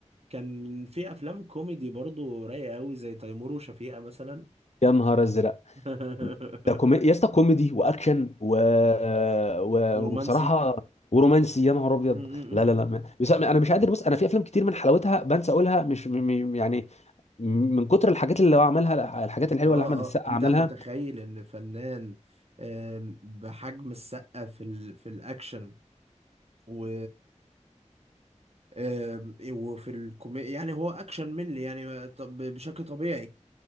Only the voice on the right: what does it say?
كان في افلام كوميدي برضو رايقة قوي زي تيمور وشفيقة مثلا
<laughs>
برومانسي
امم
اه
اه انت
متخيل ان فنان آم، بحجم السقا في ال... في الاكشن و آم، وفي الكوميديا يعني هو اكشن منلي يعني طب بشكل طبيعي